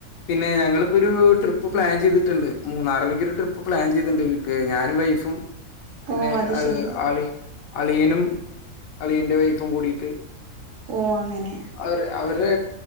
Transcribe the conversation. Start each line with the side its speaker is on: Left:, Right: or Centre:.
Left: പിന്നെ ഞങ്ങളിപ്പൊരു ട്രിപ്പ് പ്ലാൻ ചെയ്തിട്ടുണ്ട് മൂന്നാറിലേയ്ക്കൊരു ട്രിപ്പ് പ്ലാൻ ചെയ്ത്ണ്ട് വീട്ടില് ഞാനും വൈഫും <unintelligible> പിന്നെ
Right: ഓ അത്
Left: അയ്
Right: ശെരി.
Left: ആള് അളിയനും അളിയൻ്റെ വൈഫും കൂടിയിട്ട്
Right: ഓഹ് അങ്ങനെ
Left: അവര് അവരെ